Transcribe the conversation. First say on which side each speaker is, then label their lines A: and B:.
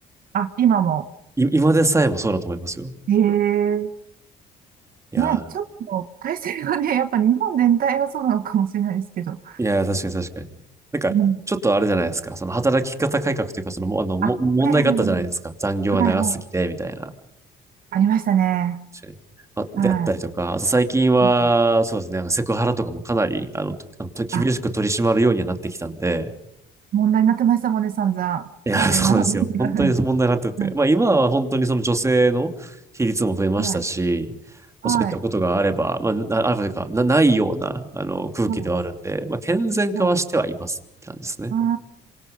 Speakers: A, on the right; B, on the right.
A: あ、今も。
B: い今でさえもそうだと思いますよ。
A: へえ。
B: いやー、
A: まあ、ちょっと体制がね、<laughs> やっぱ日本全体がそうなのかもしれないですけど。
B: いやー、確かに確かに。なんか、
A: うん。
B: ちょっとあれじゃないですか。その働き方改革というか、その、もあの、も問題があったじゃないですか。
A: あ、はいはい。
B: 残業が長すぎて、
A: はいはい。
B: みたいな。
A: ありましたね。
B: 確かに。あ、であったりとか、
A: は
B: あと最近は、
A: い。
B: そうですね、あのセクハラとかもかなり、あの、あの、と厳しく取り締まるようにはなってきたんで、
A: あ、問題になってましたもんね、散々。
B: いや、
A: まだ今だね
B: <laughs> そうなんですよ。
A: <laughs>
B: 本当に問題になってて。
A: はい。
B: まあ今は本当にその女性の比率も増えましたし、
A: はい。はい。
B: まあそういったことがあれば、まあ、なあるというか、な、ないような、あの、空気ではあるんで、
A: はい。
B: まあ健全化はしてはいますって感じですね。
A: はい。あ